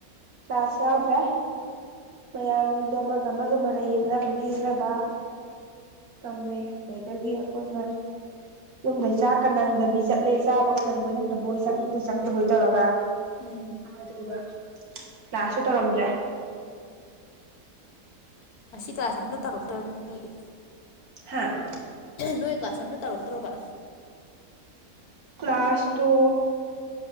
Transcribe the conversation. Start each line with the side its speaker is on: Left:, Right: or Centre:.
Right: ꯀ꯭ꯂꯥꯁꯥꯁ ꯌꯥꯎꯗ꯭ꯔꯥ ꯃꯌꯥꯝꯁꯤꯡꯗꯣ ꯑꯃꯒ ꯑꯃꯒ ꯃꯔꯩ ꯌꯦꯠꯅꯕꯅ ꯌꯦꯠꯅꯕ ꯇꯧꯅꯩ ꯑꯗꯗꯒꯤ ꯑꯩꯈꯣꯏꯅ ꯌꯨꯝꯗꯩ ꯆꯥꯛꯀ ꯅꯪꯗꯕꯤ ꯆꯠꯂꯦ ꯆꯥꯕꯒ ꯅꯪꯕꯣꯏ ꯅꯪꯗꯕꯣꯏ ꯆꯪꯕꯣꯏ ꯆꯪꯗꯕꯣꯏ ꯇꯧꯔꯒ
Left: ꯎꯝ
Right: ꯑꯗꯕ ꯀ꯭ꯂꯥꯁ ꯁꯨ ꯇꯨꯔꯃꯗ꯭ꯔꯦ꯫
Left: ꯉꯁꯤ ꯀ꯭ꯂꯥꯁ ꯑꯃꯇꯥ ꯇ꯭ꯔꯛꯠꯔꯣ ꯑꯗꯨꯗꯤ꯫
Right: ꯍꯥꯥ
Left: ꯅꯣꯏ ꯀ꯭ꯂꯥꯁ ꯑꯃꯇꯥ ꯇ꯭ꯔꯛꯠꯔꯥ ꯕꯥ꯫
Right: ꯀ꯭ꯂꯥꯁ ꯗꯣ